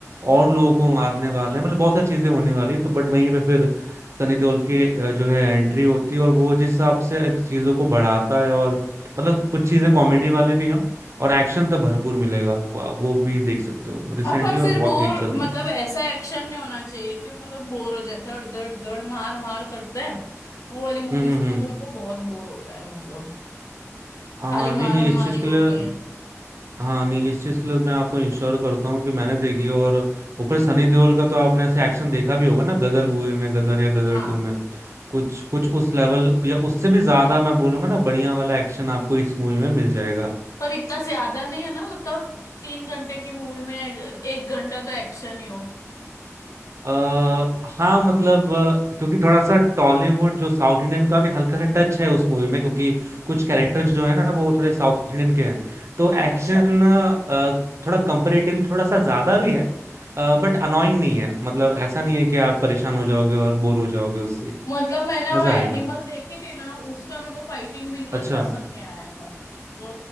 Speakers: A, on the right; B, on the left.
A: और लोगों को मारने वाले हैं मतलब बहुत सारी चीजें होने वाली है तो बट वहीं पे फिर सनी देओल की अ, जो है एंट्री होती है और वो जिस हिसाब से चीजों को बढ़ाता है और मतलब कुछ चीजें कॉमेडी वाली भी हैं और एक्शन तो भरपूर मिलेगा आपको आप वो भी देख सकते हो रिसेंटली
B: हाँ पर
A: और
B: फिर
A: बहुत
B: बोर
A: हिट चल
B: मतलब
A: रही है
B: ऐसा एक्शन नहीं होना चाहिए कि वो मतलब बोर हो जाए धड़ धड़ धड़ मार मार करते हैं वो वाली मूवीज
A: हम्म हम्म
B: तो
A: हम्म।
B: मैं तो मेरे को बहुत बोर होता है मतलब
A: हाँ
B: खाली
A: नहीं
B: मारम
A: नहीं इस
B: मारी
A: चीज के
B: होती
A: लिए
B: है
A: हाँ नहीं इस चीज के लिए मैं आपको इंश्योर करता हूँ कि मैंने देखी है और ऊपर सनी देओल का तो आपने ऐसे एक्शन देखा भी होगा ना गदर मूवी में गदर या गदर
B: हाँ
A: टू में कुछ कुछ उस लेवल या उससे भी ज्यादा मैं बोलूंगा ना बढ़िया वाला एक्शन आपको इस मूवी में मिल जाएगा
B: पर इतना ज्यादा नहीं है ना मतलब तीन घंटे की मूवी में एक घंटा तो एक्शन ही हो
A: अ हाँ मतलब अ, क्योंकि थोड़ा सा टॉलीवुड जो साउथ इंडियन का भी हल्का सा टच है उस मूवी में क्योंकि कुछ कैरेक्टर्स जो है ना वो थोड़े साउथ इंडियन के हैं तो एक्शन
B: अच्छा
A: थोड़ा कंपेरेटिवली थोड़ा सा ज्यादा भी है बट अनोइंग नहीं है मतलब ऐसा नहीं है कि आप परेशान हो जाओगे और बोर हो जाओगे उससे
B: मतलब मैंने
A: मजा
B: वो एनिमल
A: आएगा
B: देखी थी ना उसका मेरे को फाइटिंग बिल्कुल
A: अच्छा
B: पसंद नहीं आया था तो